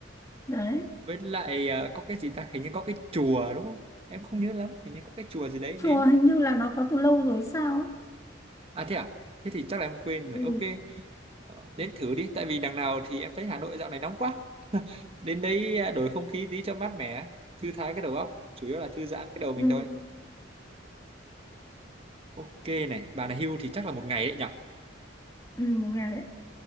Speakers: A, on the left; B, on the right.
A: Đấy.
B: với lại à, có cái gì ta hình như có cái chùa đúng không em không nhớ lắm hình như có cái chùa gì đấy
A: Chùa
B: đến
A: hình như là nó có từ lâu rồi sao ấy.
B: à thế à thế thì chắc là em quên rồi
A: Ừ.
B: ok Ờ, Đến thử đi, tại vì đằng nào thì em thấy Hà Nội dạo này nóng quá. Đến đấy à, đổi không khí tí cho mát mẻ, thư thái cái đầu óc, chủ yếu là thư giãn cái đầu mình
A: Ừ.
B: thôi. Ok này, bà này hưu thì chắc là một ngày đấy nhở?
A: Ừ. Một Ngày đấy.